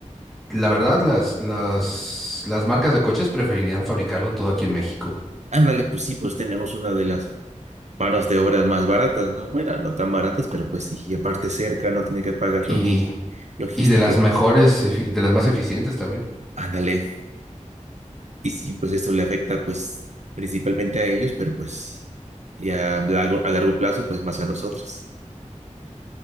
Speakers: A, in the centre; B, on the right.
A: la verdad, las, las, las marcas de coches preferirían fabricarlo todo aquí en México.
B: ándale, pues sí, pues tenemos una de las manos de obras más baratas, ¿no? Bueno, no tan baratas, pero pues sí, y aparte cerca, no tiene que pagar
A: Y,
B: logi- logística
A: y de las
B: y
A: mejores, efi- de las más eficientes también.
B: ándale. Y sí, pues esto le afecta pues principalmente a ellos, pero pues ya a largo, a largo plazo, pues más a nosotros.